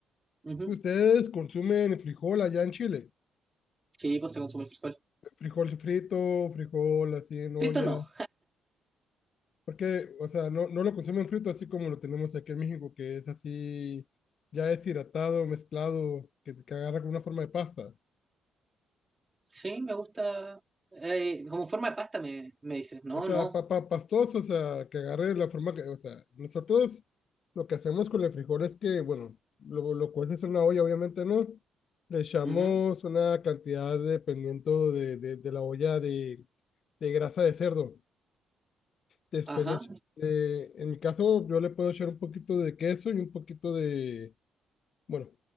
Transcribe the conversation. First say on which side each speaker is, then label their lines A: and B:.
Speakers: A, on the right (about 20°); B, on the left (about 55°).
A: Ujú.
B: ¿Ustedes consumen frijol allá en Chile?
A: Sí, pues se consume el frijol.
B: Frijol frito, frijol así en olla.
A: Frito no.
B: Porque, o sea, no, no lo consumen frito así como lo tenemos aquí en México, que es así, ya deshidratado, mezclado, que, que agarra con una forma de pasta.
A: Sí, me gusta. eh, como forma de pasta me, me dices. No,
B: O sea,
A: no.
B: papa pastoso, o sea, que agarre la forma que, o sea, nosotros lo que hacemos con el frijol es que, bueno, lo, lo cueces en una olla, obviamente no. Le echamos
A: Ujú,
B: una cantidad dependiendo de, de, de la olla de, de grasa de cerdo. Después
A: Ajá.
B: le, ech- eh, en mi caso, yo le puedo echar un poquito de queso y un poquito de, bueno,